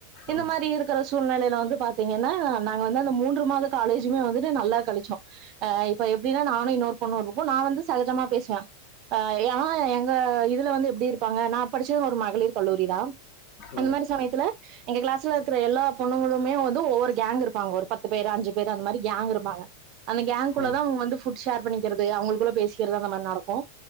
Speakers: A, on the right; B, on the left.
A: இந்த
B: ம்
A: மாரி இருக்கிற சூழ்நெலையில வந்து பாத்தீங்கன்னா நாங்க வந்து அந்த மூன்று மாதத் காலேஜுமே வந்துட்டு நல்லா கழிச்சோ அ இப்ப எப்டின்னா நானு இன்னொரு பொண்ணுருக்கு நா வந்து சகஜமா பேசுவே அ ஏன்னா எங்க இது உள்ள வந்து எப்டி இருப்பாங்க நா படிச்சது ஒரு மகளிர் கல்லூரி தா அந்த
B: ம்
A: மாரி சமயத்துல எங்க கிளாஸ்ல இருக்குற எல்லா பொண்ணுங்களுமே வந்து ஒவ்வொரு கேங் இருப்பாங்க ஒரு பத்து பேரு அஞ்சு பேரு அந்த மாரி கேங் இருப்பாங்க அந்த கேங்குள்ள
B: ம்
A: தா அவுங்க வந்து ஃபுட் ஷேர் பண்ணி க்கிறது அவுங்களுக்குள்ள பேசிக்கிறது அந்த மாரி நடக்கு